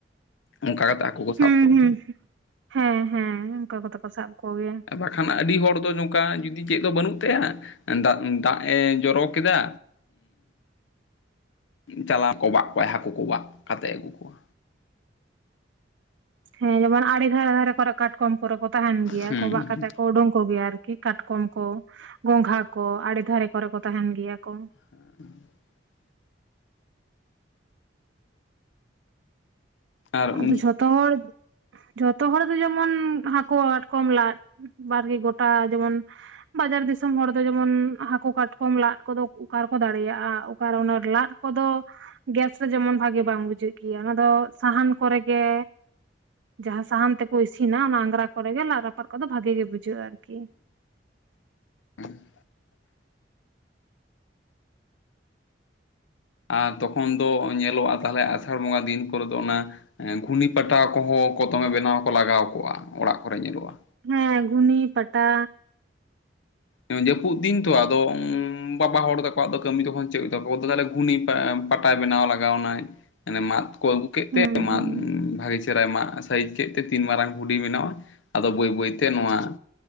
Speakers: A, on the left; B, on the right.
A: ᱚᱱᱠᱟ ᱠᱟᱛᱮ ᱦᱟᱹᱠᱩ ᱠᱚ ᱥᱟᱵ
B: ᱦᱩᱸ-ᱦᱩᱸ
A: ᱠᱚᱣᱟ
B: ᱦᱮᱸᱻᱦᱮᱸᱻ ᱚᱱᱠᱟ ᱠᱚᱛᱮ ᱠᱚ ᱥᱟᱵ ᱠᱚ ᱜᱮᱭᱟ᱾
A: ᱵᱟᱠᱷᱟᱱ ᱟᱹᱰᱤ ᱦᱚᱲ ᱫᱚ ᱱᱚᱝᱠᱟ ᱡᱩᱫᱤ ᱪᱮᱫ ᱫᱚ ᱵᱟᱹᱱᱩᱜ ᱛᱟᱭᱟ ᱫᱟᱜ ᱮ ᱡᱚᱨᱚ ᱠᱮᱫᱟ
B: ᱪᱮᱫ ᱦᱚᱸ ᱵᱟᱝ ᱟᱸᱡᱚᱢᱚᱜ ᱠᱟᱱᱟ ᱾
A: ᱪᱟᱞᱟᱣ ᱠᱚᱵᱟᱜ ᱦᱟᱹᱠᱩ ᱠᱩᱠᱩᱵᱟᱜ ᱠᱟᱛᱮᱫ ᱮ ᱟᱹᱜᱩ ᱠᱚᱣᱟ
B: ᱦᱮᱸ ᱡᱮᱢᱚᱱ ᱟᱲᱮ ᱫᱷᱟᱨᱮ-ᱫᱷᱟᱨᱮ ᱠᱚᱨᱮ ᱠᱟᱴᱠᱚᱢ ᱠᱚᱨᱮ ᱠᱚ ᱛᱟᱦᱮᱱ ᱜᱮᱭᱟ
A: ᱦᱩᱸ
B: ᱠᱚᱵᱟᱜ ᱠᱟᱛᱮᱫ ᱠᱚ ᱩᱰᱩᱝ ᱠᱚ ᱜᱮᱭᱟ ᱟᱨᱠᱤ ᱠᱟᱴᱠᱚᱢ ᱠᱚ ᱜᱚᱝᱜᱷᱟ ᱠᱚ ᱟᱲᱮ ᱫᱷᱟᱨᱮ ᱠᱚᱨᱮ ᱠᱚ ᱛᱟᱦᱮᱱ ᱜᱮᱭᱟ ᱠᱚ
A: ᱪᱮᱫ ᱦᱚᱸ ᱵᱟᱝ ᱟᱸᱡᱚᱢᱚᱜ ᱠᱟᱱᱟ ᱟᱨ ᱩᱱ
B: ᱟᱫᱚ ᱡᱷᱚᱛᱚ ᱦᱚᱲ- ᱡᱷᱚᱛᱚ ᱦᱚᱲ ᱫᱚ ᱡᱮᱢᱚᱱ ᱦᱟᱹᱠᱩ, ᱠᱚᱴᱠᱚᱢ ᱞᱟᱫ ᱵᱟᱨᱜᱮ ᱜᱚᱴᱟ ᱡᱮᱢᱚᱱ ᱵᱟᱡᱟᱨ ᱫᱤᱥᱚᱢ ᱦᱚᱲ ᱫᱚ ᱡᱮᱢᱚᱱ ᱦᱟᱹᱠᱩ, ᱠᱟᱴᱠᱚᱢ ᱞᱟᱫ ᱠᱚᱫᱚ ᱚᱠᱟ ᱨᱮᱠᱚ ᱫᱟᱲᱮᱭᱟᱜ-ᱟ ᱚᱠᱟ ᱨᱮ ᱚᱱᱟ ᱞᱟᱫ ᱠᱚᱫᱚ ᱜᱮᱥ ᱨᱮ ᱡᱮᱢᱚᱱ ᱵᱷᱟᱹᱜᱤ ᱵᱟᱝ ᱵᱩᱡᱷᱟᱹᱜ ᱜᱮᱭᱟ ᱚᱱᱟ ᱫᱚ ᱥᱟᱦᱟᱱ ᱠᱚᱨᱮ ᱜᱮ ᱡᱟᱦᱟᱸ ᱥᱟᱦᱟᱱ ᱛᱮᱠᱚ ᱤᱥᱤᱱᱟ ᱚᱱᱟ ᱟᱝᱜᱨᱟ ᱠᱚᱨᱮ ᱜᱮ ᱞᱟᱜ ᱨᱟᱯᱟᱜ ᱠᱚᱫᱚ ᱵᱷᱟᱜᱤ ᱜᱮ ᱵᱩᱡ ᱡᱷᱟᱹᱜ-ᱟ ᱟᱨᱠᱤ
A: ᱪᱮᱫ ᱦᱚᱸ ᱵᱟᱝ ᱟᱸᱡᱚᱢᱚᱜ ᱠᱟᱱᱟ ᱟᱨ ᱛᱚᱠᱷᱚᱱ ᱫᱚ ᱧᱮᱞᱚᱜ-ᱟ ᱛᱟᱦᱚᱞᱮ ᱟᱥᱟᱲ ᱵᱚᱸᱜᱟ ᱫᱤᱱ ᱠᱚᱨᱮ ᱫᱚ ᱚᱱᱟ ᱜᱷᱩᱱᱤ ᱯᱟᱴᱟᱣ ᱠᱚᱦᱚᱸ ᱠᱚ ᱫᱚᱢᱮ ᱵᱮᱱᱟᱣ ᱠᱚ ᱞᱟᱜᱟᱣ ᱠᱚᱜ-ᱟ ᱚᱲᱟᱜ ᱠᱚᱨᱮ ᱧᱮᱞᱚᱜ-ᱟ᱾
B: ᱦᱮᱸᱻ ᱜᱷᱩᱱᱤ ᱯᱟᱴᱟ
A: ᱦᱮᱸ ᱡᱟᱹᱯᱩᱫ ᱫᱤᱱ ᱛᱚ ᱟᱫᱚ ᱵᱟᱵᱟ ᱦᱚᱲ ᱛᱟᱠᱚᱣᱟᱜ ᱫᱚ ᱠᱟᱹᱢᱤ ᱛᱚᱠᱷᱚᱱ ᱪᱟᱹᱜ ᱛᱟᱠᱚᱣᱟ ᱛᱟᱦᱚᱞᱮ ᱜᱷᱩᱱᱤ ᱯᱟ, ᱯᱟᱴᱟᱭ ᱵᱮᱱᱟᱣ ᱞᱟᱜᱟᱣᱱᱟᱭ ᱮᱱᱮ ᱢᱟᱫ ᱠᱚ ᱟᱹᱜᱩ ᱠᱮᱫ
B: ᱦᱩᱸ
A: ᱛᱮ ᱢᱟᱫ
B: ᱦᱩᱸ
A: ᱵᱷᱟᱜᱮ ᱴᱷᱤᱠ ᱛᱮᱨᱟᱭ ᱢᱟᱜᱽ ᱥᱟᱭᱤᱡ ᱠᱮᱫ ᱛᱮ ᱛᱤᱱ ᱢᱟᱨᱟᱝ ᱦᱩᱰᱤ ᱵᱮᱱᱟᱣᱟ ᱟᱫᱚ ᱵᱟᱹᱭ-ᱵᱟᱹᱭ ᱛᱮ ᱱᱚᱣᱟ